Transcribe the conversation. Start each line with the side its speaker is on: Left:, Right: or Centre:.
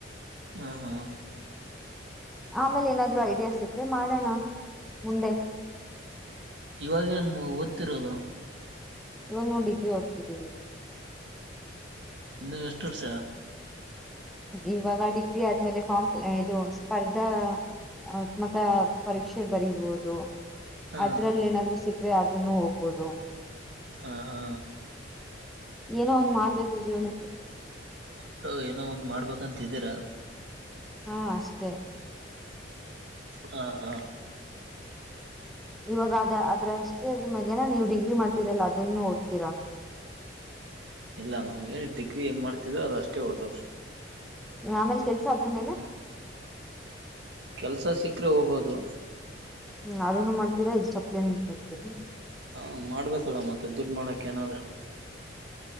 Right: ಹಾ ಹಾ
Centre: ಆಮೇಲೆ ಏನಾದ್ರು ಐಡಿಯಾಸ ಮತ್ತು ಸೀಕ್ಕರೆ ಮಾಡೋಣ ಮುಂದೆ
Right: ಇವಾಗೇನ್ ಓದ್ತಿರೋದು
Centre: ಇವಾಗ ನಾವು ಡಿಗ್ರಿ ಹೋಗ್ತಿದೀವಿ
Right: ಇನ್ನು ಎಷ್ಟು ವರ್ಷ
Centre: ಇವಾಗ ಡಿಗ್ರಿ ಆದ್ಮೇಲೆ ಕಾಂಪ್ ಇದು ಸ್ಪರ್ಧಾ ಆತ್ಮಕ ಪರೀಕ್ಷೆ ಬರಿೀಬಹುದು
Right: ಹಾ
Centre: ಅದ್ರಲ್ಲಿ ಏನಾದ್ರು ಸಿ ಆದ್ರೆ ಅದನ್ನು ಹೋಗ್ಬೋದು
Right: ಹಾ ಹಾ
Centre: ಏನೋ ಒಂದು ಮಾಡ್ಬೇಕು ಜೀವನಕ್ಕೆ
Right: ಒಟ್ಟು ಏನೋ ಒಂದ್ ಮಾಡ್ಬೇಕಂತ ಇದೀರಾ
Centre: ಹಾ ಅಷ್ಟೇ
Right: ಹಾ ಹಾ
Centre: ಇವಾಗ ಅದ ಅದ್ರ ಅಷ್ಟೇ ಅದ್ರ ಮೇಾಗೇನ ನೀವ್ ಡಿಗ್ರಿ ಮಾಡ್ತೀರಲ್ಲ ಅದನ್ನು ಓದ್ತೀರಾ
Right: ಇಲ್ಲ ನಾ್ ಿ ಡಿಗ್ರಿ ಏನ್ ಮಾಡ್ತಿದೋ ಅದು ಅಷ್ಟೇ ಓದೋದು
Centre: ಆಮೇಲೆ ಕೆಲ್ಸ ಅದ್ರ ಮೇಲೆ
Right: ಕೆಲ್ಸ ಸಿಕ್ಕ್ರೆ ಹೋಗೋದು
Centre: ಹ್ಮ್ ಅದೇನ್ನು ಮಾಡ್ತೀರಾ ಇದ್ ಸಪ್ಲ ಇಡ್ತೀರಾ
Right: ಹಾ ಮಾಡ್ಬೇಕಲ್ಲ ಮತ್ತೆ ದುಡ್ ಮಾಡಕ್ ಏನಾದ್ರು.